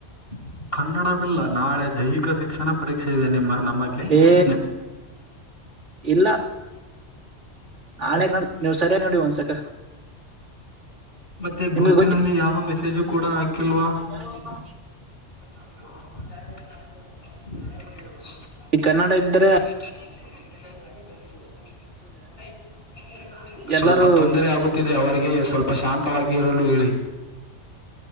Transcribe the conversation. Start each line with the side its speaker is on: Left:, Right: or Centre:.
Left: ಹ ಕನ್ನಡವಿಲ್ಲ ನಾಳೆ ದೈಹಿಕ ಶಿಕ್ಷಣ ಪರೀಕ್ಷೆ ಇದೆ ನಿಮ್ಮ ನಮಗೆ
Right: ಏ
Left: ನಿ
Right: ಇಲ್ಲ ನಾಳೆಗ್ ನೋಡ ನೀವ್ ಸರಿಯ ನೋಡಿ ಒಂದ್ಸಕ
Left: ಮತ್ತೆ
Right: ನಿಮ್ಗೆ
Left: ಗುಂಪಿನಲ್ಲಿ ಯಾವ ಮೆಸೇಜು ಕೂಡ ಹಾಕಿಲ್ವಾ
Right: ಯಾರೋ ಪ
Left: <unintelligible>
Right: ಈ ಕನ್ನಡ ಇದ್ದ್ರೆ
Left: <unintelligible> ಸ್ವಲ್ಪ
Right: ಎಲ್ಲಾರೂ
Left: ತೊಂದರೆ ಆಗುತ್ತೆ ತಿದೆ ಅವರಿಗೆ ಸ್ವಲ್ಪ ಶಾಂತವಾಗಿ ಇರಲು ಹೇಳಿ